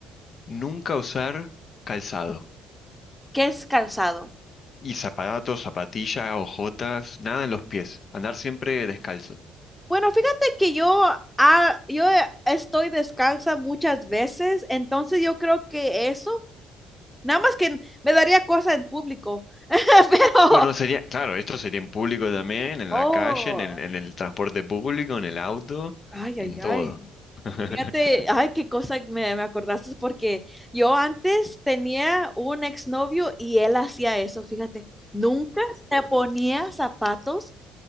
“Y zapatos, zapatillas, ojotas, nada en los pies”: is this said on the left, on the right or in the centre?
Left